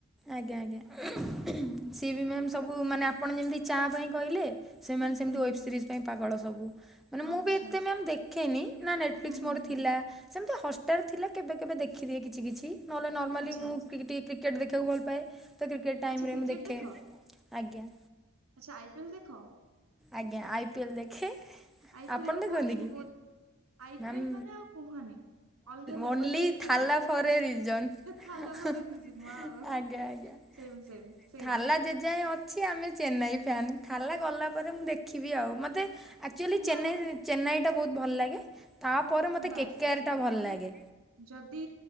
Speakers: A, in the centre; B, on the right.
A: ଆଜ୍ଞା ଆଜ୍ଞା। ଆଜ୍ଞା ସିଏ ବି ମ୍ୟାମ୍ ସବୁ ମାନେ ଆପଣ ଯେମତି ଚା ପାଇଁ କହିଲେ ସେମାନେ
B: ହୁଁ
A: ସେମିତି
B: ହୁଁ
A: ୱେବ୍
B: ହୁଁ
A: ସିରିଜ୍ ପାଇଁ ପାଗଳ ସବୁ। ମାନେ ମୁଁ
B: ଆଚ୍ଛା
A: ବି ଏତେ
B: ଆଚ୍ଛା।
A: ମ୍ୟାମ୍ ଦେଖେନି ନା ନେଟଫ୍ଲିକ୍ସ୍
B: ହୁଁ ହୁଁ
A: ମୋର
B: ହୁଁ
A: ଥିଲା। ସେମିତି ହଷ୍ଟାର୍ ଥିଲା କେବେ କେବେ ଦେଖିଦିଏ କିଛି କିଛି ନହେଲେ ନର୍ମାଲି
B: ଆଚ୍ଛା
A: ମୁଁ କି ଟିକେ କ୍ରିକେଟ୍ ଦେଖିବାକୁ ଭଲ ପାଏ ତ କ୍ରିକେଟ ଟାଇମରେ
B: ଆଚ୍ଛା କ୍ରିକେଟ
A: ମୁଁ ଦେଖେ
B: ଦେଖ
A: ଆଜ୍ଞା।
B: ଆଚ୍ଛା ଆଇ ପିଏଲ ଦେଖ।
A: ଆଜ୍ଞା ଆଇ ପିଏଲ ଦେଖେ।
B: ଆଇପିଏଲ
A: ଆପଣ
B: ର
A: ଦେଖନ୍ତି
B: କୋଉ ଟିମ୍
A: କି?
B: ବହୁତ ଆଇପିଏଲ
A: ମ୍ୟାମ୍
B: ମାନେ ଆଉ କୁହନି। ଅଲଗା ଲେବଲ
A: ଓନ୍ଲି
B: ର ଦେଖାଯାଏ
A: ଥାଲା ଫର୍ ଏ ରିଜନ୍
B: ଥାଲା ଭରି
A: ଆଜ୍ଞା
B: ରିଜିନ ୱାଓ।
A: ଆଜ୍ଞା।
B: ସେମ ସେମ ସେମ
A: ଥାଲା ଜେଜାଏ ଅ ଛି ଆମେ ଚେନ୍ନାଇ ଫ୍ୟାନ୍ ଥାଲା ଗଲା ପରେ ମୁଁ ଦେଖିବି ଆଉ ମୋତେ ଆକ୍ଚୁଆଲି
B: ନା
A: ଚେନ୍ନାଇ ଚେନ୍ନାଇଟା ବହୁତ ଭଲ ଲାଗେ। ତାପରେ
B: ମ
A: ମୋତେ
B: ବାସ୍
A: କେକେଆର୍
B: ଏକ୍ଜାକ୍ଟଲି
A: ଟା ଭଲ
B: ମାନେ
A: ଲାଗେ।
B: ଯଦି